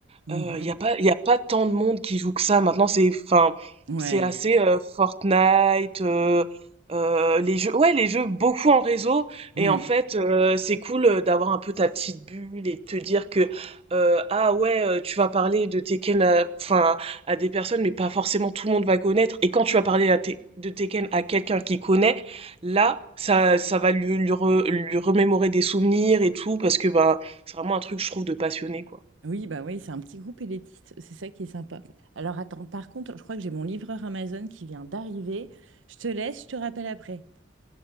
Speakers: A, on the right (about 85°); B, on the right (about 30°).
A: Mhm.
B: il y a pas, y a pas tant de monde qui joue que ça. Maintenant, c'est, enfin,
A: Ouais.
B: c'est assez euh, Fortnite, euh, euh, les jeux, ouais, les jeux beaucoup en réseau.
A: Mm.
B: Et en fait, euh, c'est cool euh, d'avoir un peu ta petite bulle et de te dire que, euh, ah ouais, euh, tu vas parler de Tekken, à- enfin, à des personnes, mais pas forcément tout le monde va connaître. Et quand tu vas parler à Te- de Tekken à quelqu'un qui connaît, là, ça, ça va lui, lui, re- lui remémorer des souvenirs et tout, parce que, ben, c'est vraiment un truc, je trouve, de passionné, quoi.
A: Oui, bah oui, c'est un petit groupe élitiste, c'est ça qui est sympa. Alors attends, par contre, je crois que j'ai mon livreur Amazon qui vient d'arriver. Je te laisse, je te rappelle après.